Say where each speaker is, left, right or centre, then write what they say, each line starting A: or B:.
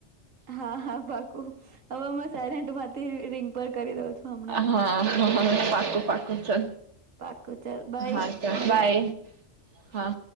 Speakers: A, on the right; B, on the right.
A: હા હા બાકુ હવેમાં સાર માંથી રિંગ પર કરી દઉં છું. હમણાં
B: હા
A: જ
B: હ હ. પાકો છે.
A: પાકું ચાલ બાય
B: હા ચ
A: મળીએ
B: બાય હા.